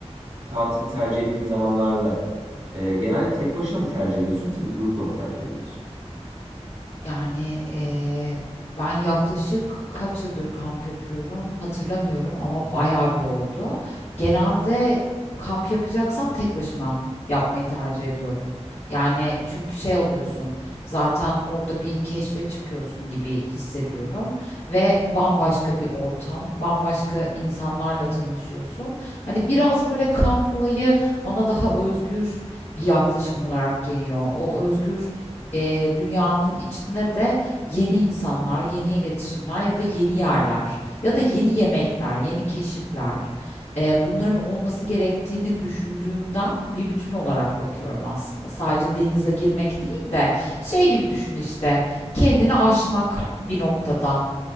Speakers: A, on the right (about 80°); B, on the left (about 75°).
A: tatili tercih ettiğin zamanlarda e, genelde tek başına mı tercih ediyorsun yoksa bir grupla mı tercih ediyorsun?
B: Yani, eee, ben yaklaşık kaç yıldır kamp yapıyorum hatırlamıyorum ama bayağı bir oldu. Genelde kamp yapacaksam tek başıma yapmayı tercih ediyorum. Yani çünkü şey oluyorsun, zaten orada bir keşfe çıkıyorsun gibi hissediyorum ve bambaşka bir ortam, bambaşka insanlarla tanışıyorsun. Hani biraz böyle kamp olayı bana daha özgür bir yaklaşım olarak geliyor. O özgür e, dünyanın içinde de yeni insanlar, yeni iletişimler ya da yeni yerler ya da yeni yemekler, yeni keşifler e, bunların olması gerektiğini düşündüğümden bir bütün olarak bakıyorum aslında. Sadece denize girmek değil de şey gibi düşün işte kendini aşmak bir noktada.